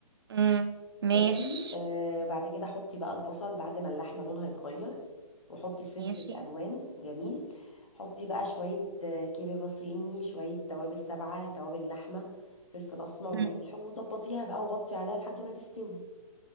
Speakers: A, on the right (about 40°); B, on the left (about 60°).
A: مم. ماشي
B: ماشي آه بعد كده حطي بقى البصل بعد ما اللحمة لونها يتغير وحطي الفلفل
A: ماشي
B: الألوان جميل حطي بقى شوية آه، كبيبة صيني شوية توابل سبعة توابل لحمة فلفل أسمر
A: مم.
B: ملح وظبطيها بقى وغطي عليها لحد ما تستوي